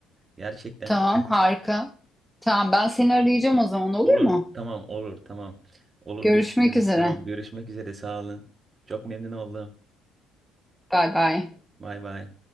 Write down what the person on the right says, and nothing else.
Gerçekten
olur.
Tamam olur. Tamam. Olur
görüşelim.
Tamam görüşmek üzere. Sağ olun. Çok memnun oldum.
Bay bay.